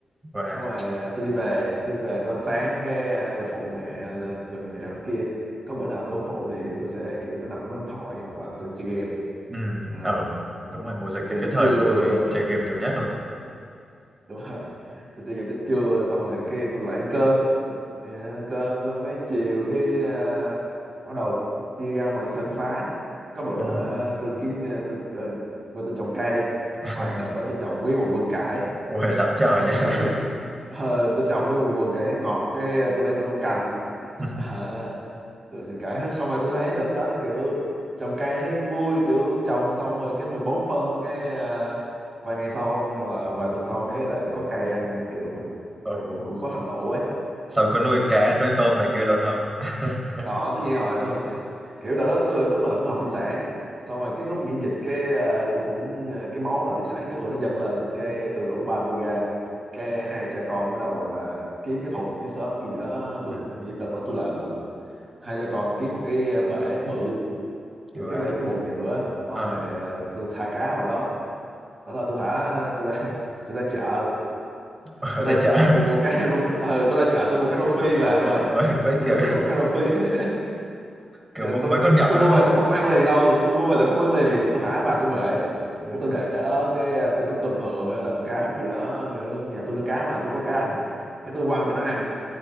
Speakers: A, on the right (about 20°); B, on the right (about 35°).
A: và
B: xong rồi à, tôi đi về tôi về tới ăn sáng cái à, tôi phụ mẹ là dọn nhà dọn kia có bữa nào tôi không phụ thì tôi sẽ kiểu tôi nằm tôi bấm điện thoại hoặc là tôi chơi game
A: ừ
B: Ờ,
A: ừ đúng rồi mùa dịch
B: chơi game
A: là cái
B: tới
A: thời
B: trưa
A: mà tôi chơi game nhiều nhất
B: <laughs>
A: luôn đấy
B: đúng rồi tôi chơi game tới trưa xong rồi cái tôi lại ăn cơm Ờ, ăn cơm xong cái chiều cái à, bắt đầu đi ra ngoài sân phá có bữa
A: ừ.
B: hả, tôi kiếm à, tôi ờ, qua tôi trồng cây
A: <laughs>
B: ngoài đợt đó tôi trồng nguyên một vườn cải
A: ôi lắm trời
B: xong
A: nha
B: rồi lại ờ, tôi trồng mấy vườn cải ngọt cái tôi lấy tôi nấu canh
A: <laughs>
B: Ờ, rồi cải hết xong rồi tôi thấy đợt đó kiểu trồng cây thấy cũng vui kiểu trồng xong rồi cái mình bón phân cái ờ, vài ngày sau hoặc là vài tuần sau cái lại có cây ăn mình kiểu mình
A: Ồ,
B: kiểu cũng có thành tựu ấy
A: xong
B: Ừ.
A: có nuôi cá nuôi tôm này kia luôn không <laughs>
B: có tất nhiên rồi tôi học <laughs> kiểu đó đó tôi cũng là tôi học thủy sản xong rồi cái lúc nghỉ dịch cái ờ, tôi cũng ờ, cái máu là thủy sản cái tôi nó dâng lên cái tôi rủ ba tôi ra cái hai cha con bắt đầu ờ, kiếm cái thùng cái xốp cái gì đó bự
A: ừ.
B: Hình như đợt đó tôi làm là một hai cha con kiếm một cái bể bự kiểu
A: và
B: cái bể cái bồn nhựa á. xong
A: ờ
B: rồi ờ, tôi thả cá vào đó đó là tôi thả tôi ra <laughs> tôi ra chợ
A: ở
B: tôi
A: đây
B: ra chợ
A: chợ
B: tôi mua cá rô- ừ, tôi ra chợ tôi mua cá rô phi về
A: <laughs>
B: ông ơi
A: ôi quá
B: tôi
A: chịu
B: ra chợ tôi mua cá rô phi <laughs>
A: kiểu
B: Dạ,
A: mua mấy
B: tôi,
A: con
B: tôi,
A: nhỏ
B: tôi mua
A: đúng không
B: về tôi không ăn liền đâu tôi mua về tôi không ăn liền tôi thả vào trong bể
A: ồ
B: cái tôi để đó cái à, tôi có cơm thừa hay là cám gì đó kiểu nhà tôi nuôi cá mà tôi có cám
A: ừ.
B: cái tôi quăng cho nó ăn